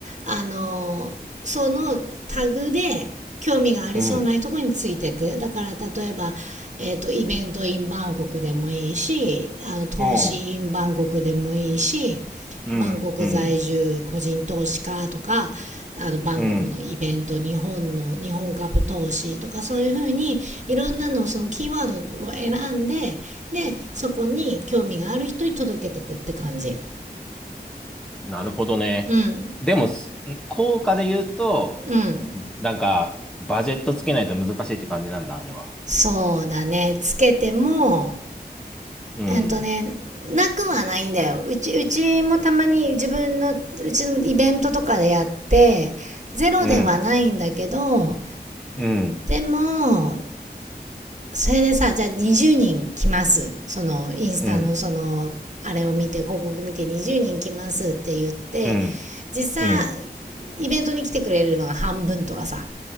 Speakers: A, on the right; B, in the centre.
A: あの、そのタグで興味がありそうなところについていく。
B: うん。
A: だから例えば、えっ、と、イベントインバンコクでもいいし、あの、投資インバンコクでもいいし、
B: うん。うん。
A: バンコク在住個人投資家とか、
B: うん。
A: あの、バンコクのイベント、
B: うん。
A: 日本の、日本株投資とか、そういうふうに、いろんなの、そのキーワードを選んで、で、そこに興味がある人に届けてくって感じ。
B: なるほどね。
A: うん。
B: でも、す効果で言うと、
A: うん。
B: なんか、バジェットつけないと難しいって感じなんだ、あれは。
A: そうだね。つけても、
B: うん。
A: えっとね、なくはないんだよ。うち、うちもたまに自分の、うちのイベントとかでやって、ゼロではないんだけど、
B: うん。うん。
A: でも、それでさ、じゃあ20人来ます。その、インスタのその、
B: うん。
A: あれを見て、広告見て20人来ますって言って、
B: うん。
A: 実際、
B: うん。
A: イベントに来てくれるのが半分とかさ、